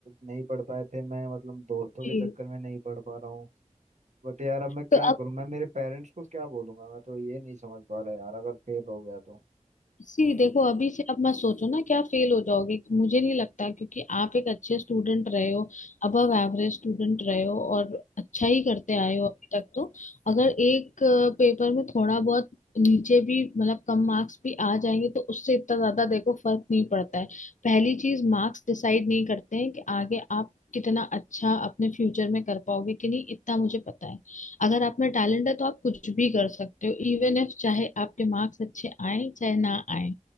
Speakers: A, on the right (about 70°); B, on the left (about 85°).
A: नहीं पढ़ पाए थे मैं मतलब दोस्तों
B: जी
A: के चक्कर में नहीं पढ़ पा रहा हूँ बट यार अब मैं क्या
B: तो
A: करूँ
B: अब
A: मैं मेरे पेरेंट्स को क्या बोलूंगा मैं तो ये नहीं समझ पा रहा यार अगर फेल हो गया तो
B: सी देखो अभी से अब मत सोचो ना क्या फेल हो जाओगे मुझे नहीं लगता क्योंकि आप एक अच्छे स्टूडेंट रहे हो अबव एवरेज स्टूडेंट रहे हो और अच्छा ही करते आए हो अभी तक तो अगर एक अ, पेपर में थोड़ा बहुत नीचे भी मतलब कम मार्क्स भी आ जाएंगे तो उससे इतना ज्यादा देखो फर्क नहीं पड़ता है पहली चीज मार्क्स डिसाइड नहीं करते हैं कि आगे आप कितना अच्छा अपने फ्यूचर में कर पाओगे कि नहीं इतना मुझे पता है अगर आप में टैलेंट है तो आप कुछ भी कर सकते हो इवन इफ चाहे आपके मार्क्स अच्छे आए चाहे ना आए